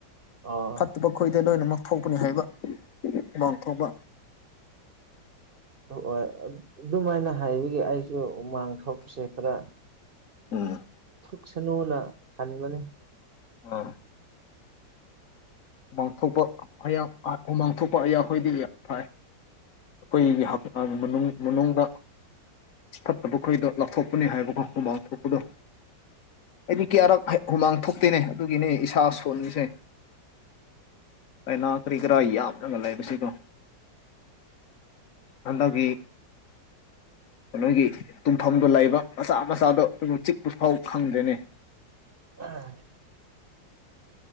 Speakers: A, on the right (about 55°); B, on the left (about 55°).
A: ꯑꯥ
B: ꯐꯠꯇꯕ ꯈꯣꯏꯗ ꯂꯣꯏꯅꯃꯛ ꯊꯣꯛꯄꯅꯤ ꯍꯥꯏꯕ ꯃꯥꯡꯊꯣꯛꯕ
A: ꯍꯣꯏ ꯑꯗꯨꯃꯥꯏꯅ ꯍꯥꯏꯕꯒꯤꯦ ꯑꯩꯁꯨ ꯎꯃꯥꯡ ꯊꯣꯛꯄꯁꯦ ꯈꯔ
B: ꯎꯝ
A: ꯈꯨꯛ ꯁꯅꯨꯅ ꯍꯟꯕꯅꯤ
B: ꯑ ꯃꯥꯡꯊꯣꯛꯄ ꯑ ꯎꯃꯥꯡ ꯊꯣꯛꯣꯛꯄ ꯑꯩꯌꯥꯈꯣꯏꯗꯤ ꯐꯥꯏ ꯑꯩꯈꯣꯏꯒꯤ ꯃꯅꯨꯡꯗ ꯐꯠꯇꯕ ꯈꯣꯏꯗꯣ ꯂꯥꯞꯊꯣꯛꯄꯅꯤ ꯍꯥꯏꯕꯀꯣ ꯃꯃꯥꯡ ꯊꯣꯛꯄꯗꯣ ꯑꯩꯗꯤ ꯀꯌꯥꯔꯛ ꯍꯨꯃꯥꯡ ꯊꯣꯛꯇꯦꯅꯦ ꯑꯗꯨꯒꯤꯅꯦ ꯏꯁꯥ ꯁꯣꯟꯁꯦ ꯑꯩꯅꯥ ꯀꯔꯤ ꯀꯔꯥ ꯌꯥꯝꯅꯒ ꯂꯩ ꯁꯤꯗꯣ ꯍꯟꯗꯒꯤ ꯅꯣꯏꯒꯤ ꯇꯨꯝꯐꯝꯗꯣ ꯂꯩꯕ ꯃꯆꯥ ꯃꯆꯥꯗꯣ ꯑꯗꯨꯝ ꯆꯤꯛꯄ ꯐꯥꯎ ꯈꯪꯗ꯭ꯔꯦꯅꯤ
A: ꯑꯥ